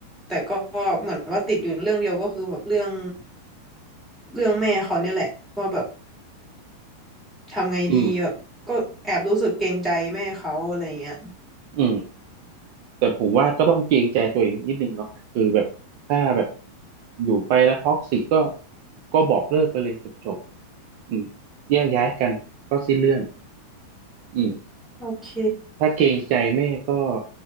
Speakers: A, in the centre; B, on the right (about 45°).
A: แต่ก็เหมือนว่าติดอยู่เรื่องเดียวก็คือแบบเรื่องเรื่องแม่เขาเนี่ยแหละว่าแบบทำไงดีแบบก็แอบรู้สึกเกรงใจแม่เขาอะไรเงี้ย
B: อืม อืม แต่ผมว่าก็ต้องเกรงใจตัวเองนิดนึงเนาะคือแบบถ้าแบบอยู่ไปแล้วท็อกซิกก็ก็บอกเลิกไปเลยจบจบอืมแยกย้ายกันก็สิ้นเรื่องอืม
A: โอเค
B: ถ้าเกรงใจแม่ก็